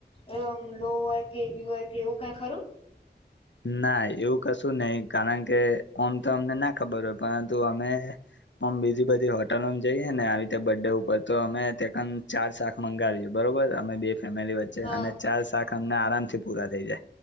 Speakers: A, on the left; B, on the left.
A: એવ ઓમ લો હોય કે એવી હોય કે એવું કઈ ખરું?
B: ના એવું કશું નહીં, કારણ કે આમ તો અમને ના ખબર હોય પરંતુ અમે ઓમ, બીજી બધી હોટલોમ જઈએ ને આવી રીતે બર્થડે ઉપર તો અમે તે કન ચાર શાક મંગાવીએ બ બરોબર, અમે બે ફેમિલી વચ્ચે
A: હા
B: અને ચાર શાક અમને આરામથી પૂરા થઈ જાય